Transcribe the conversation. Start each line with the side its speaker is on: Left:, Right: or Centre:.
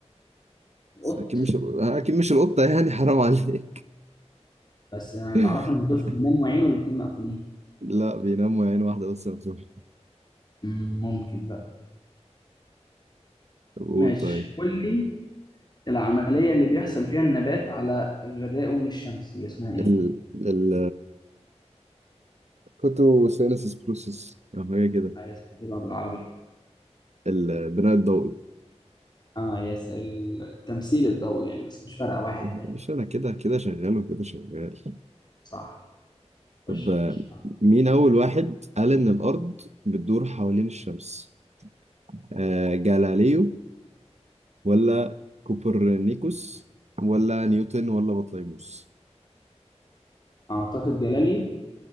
Left: القط
Right: بس اكيد مش اكيد مش القطة يعني حرام عليك
Left: بس أنا
Right: <laughs>
Left: اللي أعرفه إن الدولفين بينام وعينه الاتنين مقفولين
Right: لا بينام وعين واحدة بس مفتوحة
Left: مم، ممكن بقى
Right: طب قول
Left: ماشي
Right: طيب
Left: قول لي العملية اللي بيحصل فيها النبات على غذائه من الشمس دي اسمها إيه؟
Right: ال ال كوتو سينسس بروسس او حاجة كده
Left: آه، اسمها إيه بقى بالعربي؟
Right: البناء الضوئي
Left: آه يس ال- التمثيل الضوئي يعني بس مش فارقة واحد
Right: إيه،
Left: يعني
Right: مش انا كده كده شغال وكده شغال
Left: صح
Right: طب
Left: خش
Right: آه،
Left: يا باشا
Right: مين أول واحد قال إن الأرض بتدور حوالين الشمس؟ آه جاليليو ولا كوبرنيكوس ولا نيوتن ولا بطليموس؟
Left: أعتقد جلالي